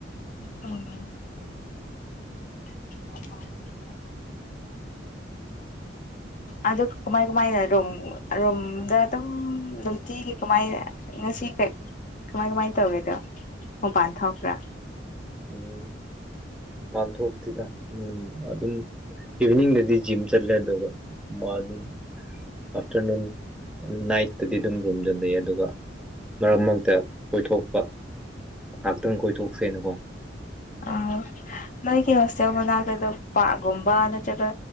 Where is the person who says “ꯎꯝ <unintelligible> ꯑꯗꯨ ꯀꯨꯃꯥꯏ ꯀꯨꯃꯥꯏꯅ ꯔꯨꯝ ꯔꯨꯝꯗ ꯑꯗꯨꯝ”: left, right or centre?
Left